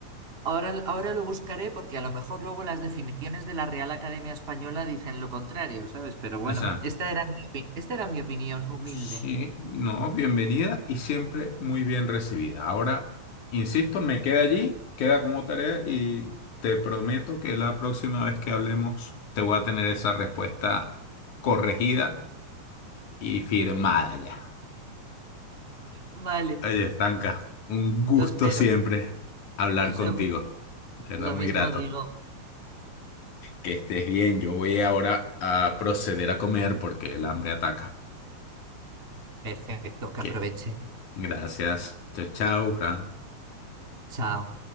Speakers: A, on the right; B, on the left.
A: Ahora, ahora lo buscaré porque a lo mejor luego las definiciones de la Real Academia Española dicen lo contrario, ¿sabes? Pero bueno,
B: Exacto.
A: esta era mi opi- esta era mi opinión humilde.
B: sí, no, bienvenida y siempre muy bien recibida. Ahora, insisto, me queda allí, queda como tarea y te prometo que la próxima vez que hablemos te voy a tener esa respuesta corregida y firmada ya.
A: Vale,
B: Oye, Franca, un gusto
A: lo espero.
B: siempre hablar
A: <laughs>
B: contigo.
A: Lo mi-
B: De verdad,
A: lo
B: muy
A: mismo
B: grato.
A: digo.
B: Que estés bien, yo voy ahora a proceder a comer porque el hambre ataca.
A: Perfecto, que
B: Que
A: aproveche.
B: Gracias. Chao, chao, Fran.
A: Chao.